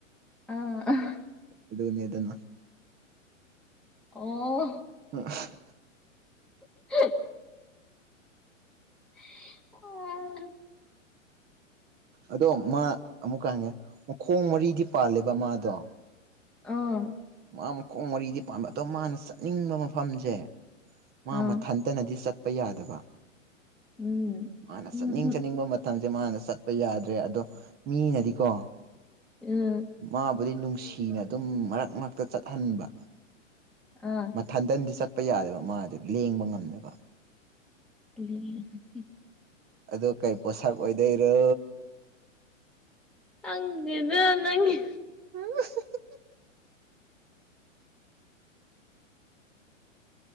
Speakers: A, in the centre; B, on the right (about 25°).
A: ꯑ <unintelligible>
B: ꯑꯗꯨꯅꯦꯗꯅ
A: ꯑꯣ
B: <unintelligible>
A: <unintelligible> ꯑꯣ <unintelligible>
B: ꯑꯗꯣ ꯃꯥ ꯑꯃꯨꯛꯀ ꯍꯪꯉꯦ ꯃꯈꯣꯡ ꯃꯔꯤꯗꯤ ꯄꯥꯜꯂꯦꯕ ꯃꯥꯗꯣ
A: ꯑꯥ
B: ꯃꯥ ꯃꯈꯣꯡ ꯃꯔꯤꯗꯤ ꯄꯥꯟꯕꯥ ꯑꯗꯣ ꯃꯥꯅ ꯆꯠꯅꯤꯡꯕ ꯃꯐꯝꯖꯦ ꯫ ꯃꯥ
A: ꯑꯥ
B: ꯃꯊꯟꯇꯅꯗꯤ ꯆꯠꯄ ꯌꯥꯗꯕ
A: ꯎꯝ
B: ꯃꯥꯅ
A: ꯎꯝ
B: ꯆꯠꯅꯤꯡ ꯆꯠꯅꯤꯡꯕ ꯃꯠ ꯇꯝꯁꯦ ꯃꯥꯅ ꯆꯠꯄ ꯌꯥꯗ꯭ꯔꯦ ꯑꯗꯣ ꯃꯤꯅꯗꯤꯀꯣ꯫
A: ꯎꯝ
B: ꯃꯥꯕꯨꯗꯤ ꯅꯨꯡꯁꯤꯅ ꯑꯗꯨꯝ ꯃꯔꯛ ꯃꯔꯛꯇ ꯆꯠꯍꯟꯕ꯫
A: ꯑꯥ
B: ꯊꯟꯗꯟꯗꯤ ꯆꯠꯄ ꯌꯥꯗꯦꯕ ꯃꯥꯗꯤ ꯂꯦꯡꯕ ꯉꯝꯗꯕ꯫
A: <unintelligible>
B: ꯑꯗꯣ ꯀꯩ ꯄꯣꯠꯁꯛ ꯑꯣꯏꯗꯣꯏꯔꯣ꯫
A: ꯈꯪꯗꯦꯗ ꯅꯪꯒꯤ꯫
B: ꯑꯡ ꯫